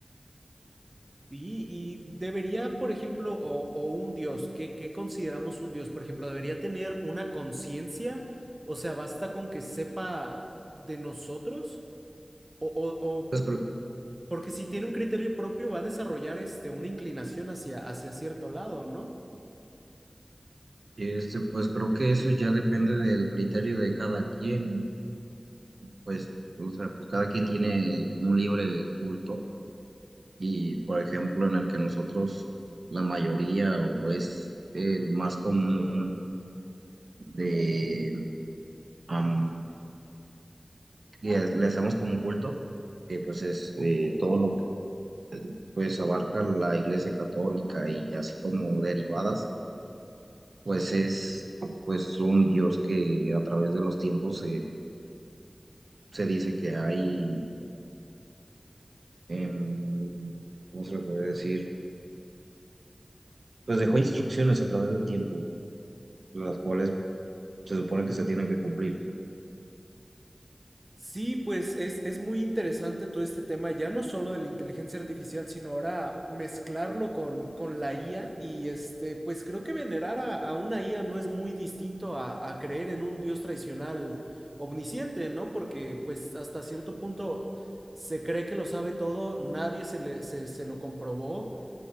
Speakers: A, on the right; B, on the right.
A: Y, y debería, por ejemplo, o, o un dios, ¿qué, qué consideramos un dios? Por ejemplo, ¿debería tener una conciencia? O sea, ¿basta con que sepa de nosotros? O, o, o
B: Pues, pero,
A: porque si tiene un criterio propio, va a desarrollar este, una inclinación hacia, hacia cierto lado, ¿no?
B: este, pues creo que eso ya depende del criterio de cada quien. pues, o sea, pues cada quien tiene un libre culto y, por ejemplo, en el que nosotros, la mayoría o es el más común de am, que es- le hacemos como un culto, que pues es eh, todo lo que pues abarca la Iglesia Católica y así como derivadas, pues es pues un Dios que a través de los tiempos eh, se dice que hay, em, ¿cómo se le puede decir? Pues dejó instrucciones a través del tiempo las cuales se supone que se tienen que cumplir.
A: Sí, pues es, es muy interesante todo este tema, ya no solo de la inteligencia artificial, sino ahora mezclarlo con, con la IA y este, pues creo que venerar a, a una IA no es muy distinto a, a creer en un dios tradicional omnisciente, ¿no? Porque pues hasta cierto punto se cree que lo sabe todo, nadie se le, se, se lo comprobó